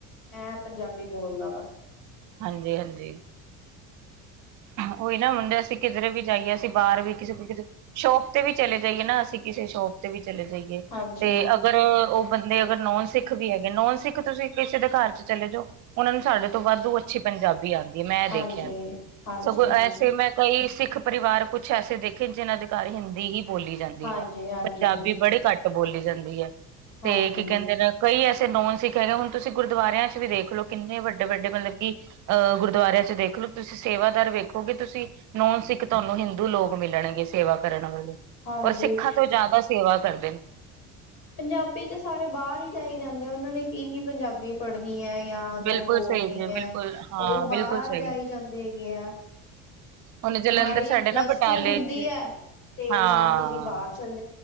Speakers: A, on the left (about 65°); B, on the right (about 55°).
A: ਐ ਪੰਜਾਬੀ ਬੋਲਦਾ ਵਾ।
B: ਹਾਂਜੀ, ਹਾਂਜੀ ਉਹੀ ਨਾ ਹੁੰਦੇ ਅਸੀਂ ਕਿਧਰੇ ਵੀ ਜਾਈਏ, ਅਸੀਂ ਬਾਹਰ ਵੀ ਕਿਸੇ ਸ਼ੋਪ ਤੇ ਵੀ ਚਲੇ ਜਾਈਏ ਨਾ ਅਸੀਂ ਕਿਸੇ ਸ਼ੋਪ ਤੇ ਵੀ ਚਲੇ ਜਾਈਏ
A: ਹਾਂਜੀ।
B: ਤੇ ਅਗਰ ਉਹ ਬੰਦੇ ਅਗਰ ਨੋਨ ਸਿੱਖ ਵੀ ਹੈਗੇ, ਨੋਨ ਸਿੱਖ ਤੁਸੀਂ ਕਿਸੇ ਦੇ ਘਰ ਚ ਚਲੇ ਜਾਓ। ਉਹਨਾਂ ਨੂੰ ਸਾਡੇ ਤੋਂ ਵਾਧੂ ਅੱਛੀ ਪੰਜਾਬੀ ਆਂਦੀ ਐ, ਮੈਂ ਦੇਖਿਆ
A: ਹਾਂਜੀ, ਹਾਂਜੀ,
B: ਸਗੋਂ
A: ਹਾਂਜੀ,
B: ਐਸੇ ਮੈਂ ਕਈ ਸਿੱਖ ਪਰਿਵਾਰ ਕੁਛ ਐਸੇ ਦੇਖੇ ਜਿਨਾਂ ਦੇ ਘਰ ਹਿੰਦੀ ਹੀ ਬੋਲੀ ਜਾਂਦੀ
A: ਹਾਂਜੀ,
B: ਐ,
A: ਹਾਂਜੀ
B: ਪੰਜਾਬੀ
A: ਬਿਲਕੁਲ
B: ਬੜੀ ਘੱਟ ਬੋਲੀ ਜਾਂਦੀ ਐ ਤੇ
A: ਹਾਂਜੀ,
B: ਕੀ ਕਹਿੰਦੇ ਨਾ ਕਈ ਐਸੇ ਨੋਨ ਸਿੱਖ ਹੈਗੇ, ਹੁਣ ਤੁਸੀਂ ਗੁਰਦੁਰਿਆਂ ਚ ਵੀ ਦੇਖ ਲਓ, ਕਿੰਨੇ ਵੱਡੇ- ਵੱਡੇ ਮਤਲਬ ਕਿ ਅ ਗੁਰਦੁਆਰਿਆਂ ਚ ਦੇਖਲੋ ਤੁਸੀਂ ਸੇਵਾਦਾਰ ਵੇਖੋਗੇ ਤੁਸੀਂ ਨੋਨ ਸਿੱਖ ਤੁਹਾਨੂੰ ਹਿੰਦੂ ਲੋਕ ਮਿਲਣਗੇ ਸੇਵਾ ਕਰਨ ਵਾਲੇ।
A: ਹਾਂਜੀ।
B: ਔਰ ਸਿੱਖਾਂ ਤੋਂ ਜ਼ਿਆਦਾ ਸੇਵਾ ਕਰਦੇ ਨੇ।
A: ਪੰਜਾਬੀ ਤੇ ਸਾਰੇ ਬਾਹਰ ਈ ਜਾਈ ਜਾਂਦੇ, ਉਹਨਾਂ ਨੇ ਕੀ ਹੀ ਪੰਜਾਬੀ ਪੜ੍ਹਨੀ ਐ ਜਾਂ ਉਹਨਾਂ
B: ਬਿਲਕੁਲ
A: ਨੇ ਬੋਲਣੀ
B: ਸਹੀ ਜੀ
A: ਐ,
B: ਬਿਲਕੁਲ ਹਾਂ
A: ਉਹ ਬਾਹਰ
B: ਬਿਲਕੁਲ ਸਹੀ।
A: ਜਾਈ ਜਾਂਦੇ ਹੈਗੇ ਐ।
B: ਹੁਣ ਜਲੰਧਰ
A: ਮਾੜੀ
B: ਸਾਡੇ
A: ਪਲੱਸ-
B: ਨਾ ਬਟਾਲੇ
A: ਟੂ ਹੁੰਦੀ
B: ਚ
A: ਐ ਤੇ
B: ਹਾਂ
A: ਨਾਲ ਈ ਜੀ ਬਾਹਰ ਚੱਲ